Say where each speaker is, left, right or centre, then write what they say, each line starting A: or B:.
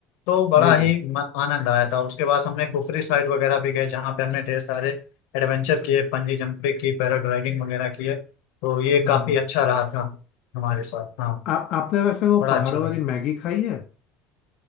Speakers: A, on the left (about 80°); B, on the left (about 55°).
A: तो बड़ा
B: जी जी
A: ही म- आनंद आया था उसके बाद हमने कुफरी साइड वगैरह भी गए जहाँ पे हमने ढेर सारे एडवेंचर किए बंजी जंपिंग की पैराग्लाइडिंग वगैरह किए तो ये
B: हाँ
A: काफी
B: हाँ।
A: अच्छा रहा था हमारे साथ हाँ
B: आप आपने वैसे वो
A: बड़ा
B: पहाड़ों
A: अच्छा लगा
B: वाली मैगी खाई है